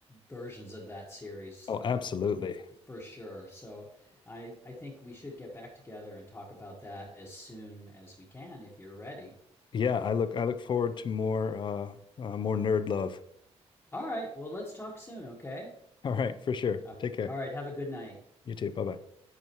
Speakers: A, on the left; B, on the left.
A: versions of that series for
B: Oh, absolutely.
A: for sure. So I I think we should get back together and talk about that as soon as we can if you're ready.
B: Yeah, I look I look forward to more uh, uh more nerd love.
A: All right, well let's talk soon, okay?
B: <laughs> All right, for sure.
A: Uh,
B: Take care.
A: All right, have a good night.
B: You too. Bye-bye.